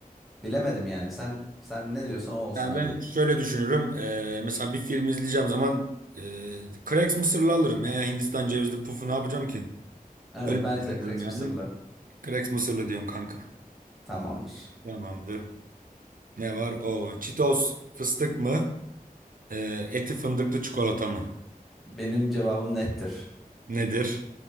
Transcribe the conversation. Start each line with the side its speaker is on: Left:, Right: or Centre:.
Centre: bilemedim yani. Sen sen ne diyorsan o olsun
Right: Yani
Centre: hadi.
Right: ben şöyle düşünürüm. Eee, mesela bir film izleyeceğim zaman eee Cracks mısırlı alırım. Ya, ya Hindistan cevizli pufu ne yapacağım ki?
Centre: Evet
Right: Öyle
Centre: bence
Right: düşünürüm
Centre: de Cracks
Right: yani.
Centre: mısırlı.
Right: Cracks mısırlı diyorum kanka.
Centre: Tamamdır.
Right: Tamamdır. Ne var? O Cheetos fıstık mı? Eee, eti fındıklı çikolata mı?
Centre: Benim cevabım nettir.
Right: Nedir?